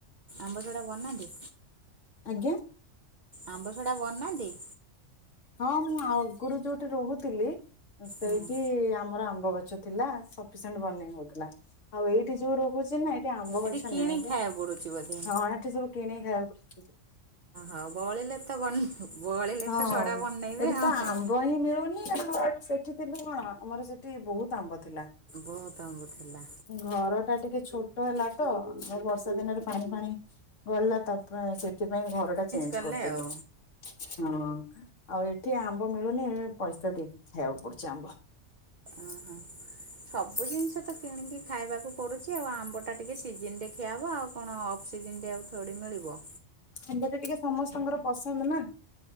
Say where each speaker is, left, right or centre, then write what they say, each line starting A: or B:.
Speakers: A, on the right; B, on the left.
A: ଆମ୍ବସଡ଼ା ବନାନ୍ତି?
B: ଆଜ୍ଞା
A: ଆମ୍ବଶଡ଼ା ବନାନ୍ତି?
B: ହଁ ମୁଁ ଆଗରୁ ଯୋଉଠି ରହୁଥିଲି ସେଇଠି
A: ହଁ,
B: ଆମର ଆମ୍ବ ଗଛ ଥିଲା ସଫିସିଏଣ୍ଟ୍ ବନେଇ ହଉଥିଲା। ଆଉ ଏଇଠି ଯୋଉ ରହୁଛି ନା ଏଇଠି ଆମ୍ବ
A: ଏଠି
B: ଗଛ
A: କିଣି
B: ନାହିଁ ଏରେ
A: ଖାଇବାକୁ ପଡ଼ୁଛି ବୋଧେ
B: ହଁ ଏଠି ସବୁ କିନିକି ଖାଇବାକୁ ପଡ
A: ଆଉ ବଳିିଲେ ତ ବନ୍ ବଳିଲେ
B: ହଁ।
A: ତ ସଡା ବନେଇବେ
B: ଏଠି ତ
A: ଆଉ
B: ଆମ୍ବ ହିଁ ମିଳୁନି ଆମର ସେଠି ଥିଲୁ କଣ ଆମର ସେଠି ବହୁତ ଆମ୍ବ ଥିଲା।
A: ବହୁତ ଆମ୍ବ ଥିଲା
B: ଘର ଟା ଟିକେ ଛୋଟ ହେଲା ତ ଏ ବର୍ଷା ଦିନରେ ପାଣି ଫାଣି ଗଲା ତାପରେ ସେଥିପାଇଁ ଘରଟା ଚେଞ୍ଜ
A: କଲେ
B: କରିଦେଲୁ
A: ଆଉ
B: ହଁ। ଆଉ ଏଠି ଆମ୍ବ ମିଳୁନି ହେଇଥିପାଇଁ ପଇସା ଦେଇକି ଖାଇବାକୁ ପଡୁଛି ଆମ୍ବ।
A: ଓହୋ ସବୁ ଜିନିଷ ତ କିଣିକି ଖାଇବାକୁ ପଡୁଛି ଆଉ ଆମ୍ବ ଟା ଟିକେ ସିଜିିନ ଖିଆ ହବ ଆଉ କଣ ଅଫ ସିଜିନ ରେ ଆଉ ଥୋଡି ମିଳିବ?
B: ଆମ୍ବ ଟା ଟିକେ ସମସ୍ତଙ୍କର ପସନ୍ଦ ନା।